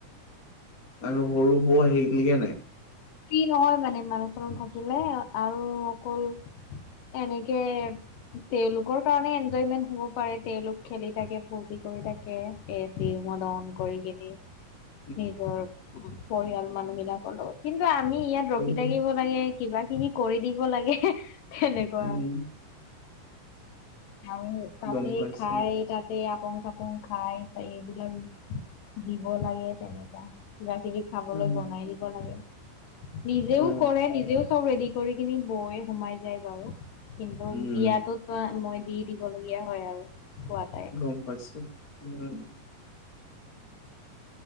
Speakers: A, on the left; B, on the left.
A: আৰু সৰু বৌ হেৰিলিকে নাই।
B: ফ্ৰী নহয় মানে মানুহ চানুহ থাকিলে আৰু অকল এনেকে তেওঁলোকৰ কাৰণে এনজয়মেন্ট হব পাৰে, তেওঁওলোক খেলি থাকে, ফূৰ্তি কৰি থাকে। এ, ফি মদন কৰি কেনি।
A: <inaudible>
B: নিজৰ পৰিয়াল মানুহ বিলাকৰ লগত কিন্তু আমি ইয়াত
A: কৰিবই
B: ৰখি থাকিব লাগে। কিবা কিবি কৰি দিব লাগেহ তেনেকুৱা
A: উম
B: আৰু তাতে
A: গম পাইছো
B: খাই তাতে আপং চাপং খায় তাই এইবিলাক দিব লাগে তেনেকুৱা কিবা কিবি খাবলৈ
A: উম
B: বনাই দিব লাগে নিজেও
A: অ
B: কৰে নিজেও চব ৰেডি কৰি কেনি বৌৱে সোমাই যায় বাৰু কিন্তু
A: উম
B: দিয়াতটো মই দি দিব লগীয়া হয় আৰু খোৱা তাই
A: গম পাইছো উম